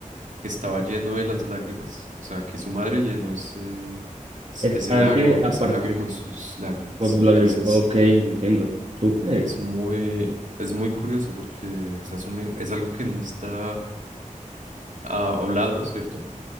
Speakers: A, on the right; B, on the right.
A: que estaba lleno de las lágrimas, o sea, que su madre llenó ese,
B: Están
A: ese lago,
B: que a
A: ese
B: partir
A: lago con sus lágrimas.
B: con sus lágrimas.
A: Entonces,
B: Ok, entiendo. Súper.
A: es muy, es muy curioso porque o sea, es un, es algo que no está ah, hablado, ¿cierto?